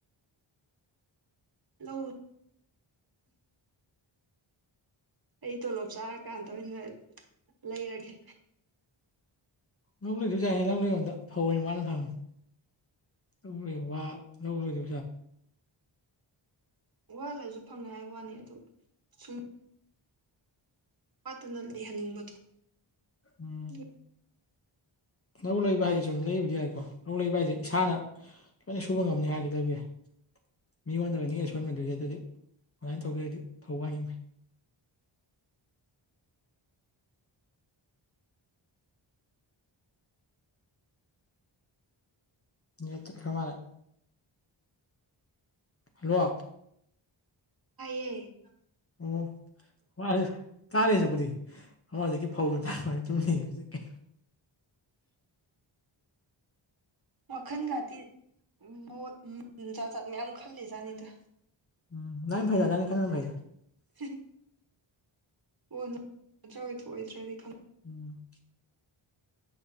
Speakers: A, on the right; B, on the left.
A: ꯂꯧ ꯑꯩ ꯇꯣꯂꯣꯞ ꯆꯥꯔꯀꯥꯟꯗ ꯑꯣꯏꯅ ꯂꯩꯔꯒꯦ
B: ꯂꯧ ꯂꯩꯗ꯭ꯔꯁꯨ ꯌꯥꯏ ꯍꯦ ꯂꯧ ꯂꯩꯗꯧꯗ ꯐꯧ ꯑꯣꯏꯅ ꯋꯥꯜꯂ ꯊꯝ ꯂꯧꯔꯣꯏ ꯋꯥ ꯂꯧꯔꯣꯏꯗꯤ
A: ꯋꯥꯍꯜꯂꯁꯨ ꯐꯪꯉꯦ ꯍꯥꯏꯕ ꯋꯥꯅꯤ ꯑꯗꯨ ꯁꯨꯝ ꯋꯥꯠꯇꯅ ꯂꯩꯍꯟꯅꯤꯡꯕꯗꯣ
B: ꯎꯝ
A: ꯑꯗꯨ
B: ꯂꯧ ꯂꯩꯕ ꯍꯥꯏꯁꯦ ꯁꯨꯝ ꯂꯩꯕꯗꯤ ꯌꯥꯏꯀꯣ ꯂꯧ ꯂꯩꯕ ꯍꯥꯏꯁꯦ ꯏꯁꯥꯅ ꯂꯣꯏꯅ ꯁꯨꯕ ꯉꯝꯅꯤ ꯍꯥꯏꯔꯗꯤ ꯂꯩꯕ ꯌꯥꯏ ꯃꯤ ꯌꯣꯟꯗꯒ ꯅꯦꯛꯑ ꯁꯨꯍꯟ ꯕꯗꯨꯗꯤ ꯑꯗꯨꯃꯥꯏꯅ ꯇꯧꯗꯣꯏꯗꯤ ꯐꯧ ꯋꯥꯟꯒꯤꯕꯅ ꯐꯩ ꯅꯦꯠ ꯇꯥꯠꯈ꯭ꯔꯥ ꯃꯥꯜꯂꯦ ꯍꯜꯂꯣ
A: ꯍꯥꯏꯌꯦ
B: ꯑꯣ ꯇꯥꯔꯦ ꯍꯧꯖꯤꯛꯕꯨꯗꯤ ꯑꯃ ꯍꯧꯖꯤꯛꯒꯤ ꯐꯧꯒꯤ ꯃꯇꯥꯡ ꯇꯨꯃꯤꯟ ꯂꯩꯒꯤꯕꯗꯨꯗ
A: ꯋꯥꯈꯟ ꯒꯥꯗꯤ ꯃꯣꯠ ꯖꯥꯠ-ꯖꯥꯠ ꯃꯌꯥꯝ ꯈꯜꯂꯤ ꯖꯥꯠꯅꯤꯗ
B: ꯎꯝ ꯑꯗꯥꯏ ꯐꯩꯗ ꯑꯗꯥꯏ ꯈꯟꯕꯅ ꯐꯩꯗ
A: <unintelligible> ꯑꯣꯗ꯭ꯔꯥ ꯑꯣꯏꯊꯣꯛꯑꯣꯏꯗ꯭ꯔꯗꯤ ꯈꯪ
B: ꯎꯝ